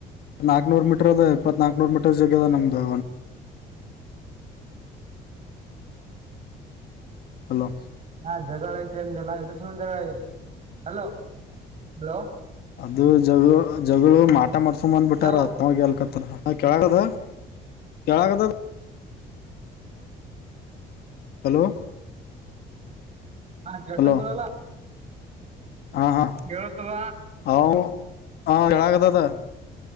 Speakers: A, on the left; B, on the right.
A: ನಾಕ್ನೂರ್ ಮೀಟರ್ ಅದ ಇಪ್ಪತ್ ನಾಕ್ನೂರ್ ಮೀಟರ್ ಜಗ್ಗದ ನಮ್ದು. ಹಲೋ,
B: ಹಾ, ಜಗಳ ಆಯ್ತತಂದೆಲ್ಲಾ ಎದ್ರ ಸಂಬಂದ ಜಗಳ ಆಗದ ಅಲೋ, ಹಲೋ
A: ಅದು ಜಗಳ ಜಗಳು ಮಾಟ ಮಾಡ್ಸೊಂಬಂದ್ಬಿಟ್ಟಾರ.
B: ಹಲೋ
A: <unintelligible> ಅತ್ತವಾಗಿ ಅಕತ್ತಾರ ಹಾ ಕೆೇಳಾಗ <unintelligible> ದ ಕೆೇಳಾಗದದ ಹಲೋ,
B: ಹಾ, ಕೆಲ್ಸತದಲ್ಲಾ
A: ಹಲೋ ಹಾ, ಹಾ
B: ಕೆಳ್ಸತದ
A: ಅವ ಹಾ, ಕೆಳಕತದ